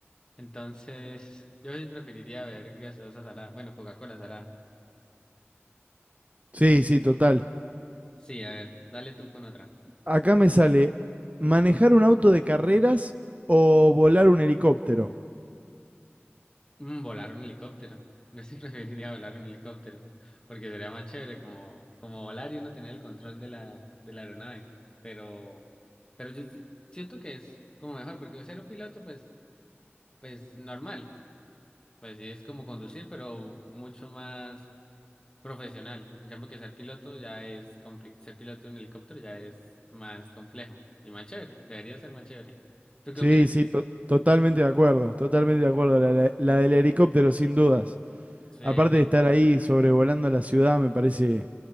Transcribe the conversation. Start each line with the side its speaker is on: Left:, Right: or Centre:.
Left: Entonces, yo sí preferiría ver gaseosa salada, bueno, Coca-Cola salada.
Right: Sí, sí, total.
Left: Bueno, Sí, a ver, dale tú con otra.
Right: Acá me sale manejar un auto de carreras o volar un helicóptero.
Left: Mm, volar un helicóptero. Yo sí <laughs> preferiría volar un helicóptero, porque sería más chévere como, como volar y uno tener el control de la, de la aeronave. Pero, pero yo si- siento que es como mejor, porque ser un piloto, pues, pues normal. Pues sí, es como conducir, pero mucho más profesional. En cambio que ser piloto ya es complicado. Ser piloto de un helicóptero ya es más complejo y más chévere. Debería ser más chévere. ¿Tú qué
Right: Sí,
Left: opinas?
Right: sí, to- totalmente de acuerdo, totalmente de acuerdo. La, la- la del helicóptero, sin dudas.
Left: Sí,
Right: Aparte
Left: sí.
Right: de estar ahí sobrevolando la ciudad, me parece